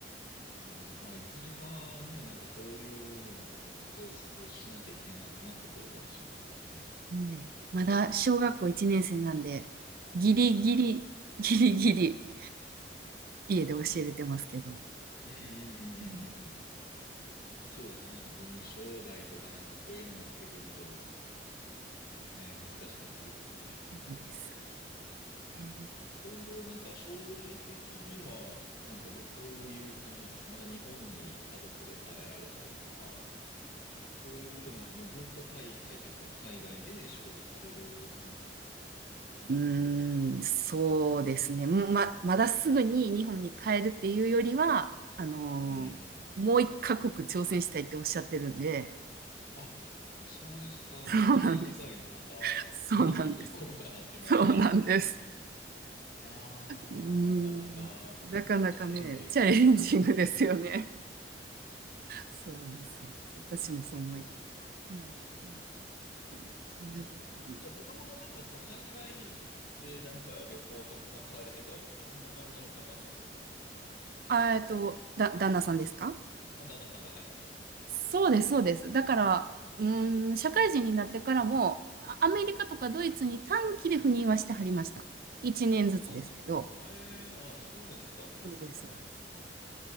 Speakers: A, on the left; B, on the right.
A: うん。あーまあ、いずれはね、なんかそういうのもちょっと活用すしなきゃいけなくなってくるかもしれないですね。
B: ねまだ小学校1年生なんで、ギリギリ、
A: はい。
B: ギリギリ、家で教えれてますけど、
A: うんうんうんうんうんうん。
B: うん
A: そうですね。なんか文章題とかなんかそういうのになってくると、ね、難しくなってきますね。
B: そうです。ね
A: 今後、なんか将来的には、なんかど、どういう感じなんですかまた日本に家族で帰られたりとか、そういうことでなく、もうずっとタイ、タイというか、海外で仕事される感じなんですか
B: うーん、そうですね。ま、まだすぐに日本に帰るっていうよりは、あのーもう一カ国挑戦したいっておっしゃってるんで、
A: うん。あ、そうですか。
B: そうなんです。
A: もうタイ以外のまた
B: そうなんです。
A: 国に行こうかなっていうのがあるんですね。
B: そうなんです。
A: いやー、
B: うーん、
A: なかなか
B: なかなかね、
A: チャレンジングな方ですね。
B: チャレンジングですよね。そうです、そうです。私もそう思います。ねえ、まあ、
A: そうなんだ。
B: 同じように。
A: じゃあ、もともとなんかその海外でなんか旅行をたくさんされてたりとか、そんな感じの方なんですか
B: あ、えっと、だ、旦那さんですか
A: あ、旦那さんが、はい。
B: そうです、そうです。だから、うーん、社会人になってからも、あアメリカとかドイツに短期で赴任はしてはりました。1年ずつですけど。
A: あ、ええあ、そうですか。
B: そうです、
A: はいはいはいはい。
B: そうです。